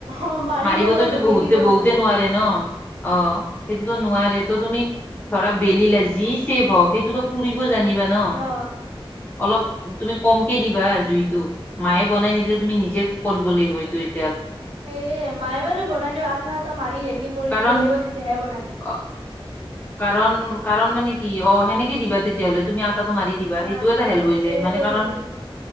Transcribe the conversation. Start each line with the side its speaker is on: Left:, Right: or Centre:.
Right: অ মাৰিব
Left: মাৰিবতোইতো
Right: জানো
Left: বহুতে
Right: বেলিব
Left: বহুতে
Right: নাজানো
Left: নোৱাৰে ন অ। সেইটোতো নোৱাৰে তো তুমি ধৰা বেলিলা যি চেভ হওক সেইটোতো পুৰিব জানিবা। ন
Right: অ
Left: অলপ তুমি কমকে দিবা জুইটো। মায়ে বনাই নিদিলে তুমি নিজে কৰিব লাগিব এইটোৱে।
Right: সে মায়ে মানে বনাই দিব আঠা চাঠা মাৰি ৰেডি কৰি
Left: কাৰণ
Right: দিব লাগিব তেতিয়াহে বনাই দিওঁ।
Left: অ, কাৰণ কাৰণ মানে কি অ সেনেকে দিবা তেতিয়াহ'লে তুমি। টো মাৰি দিবা
Right: অ',
Left: সেইটোও এটা
Right: সেই
Left: হেল্প হৈ
Right: সেয়ে
Left: যায় মানে
Right: কৰিব
Left: কাৰণ।
Right: লাগিব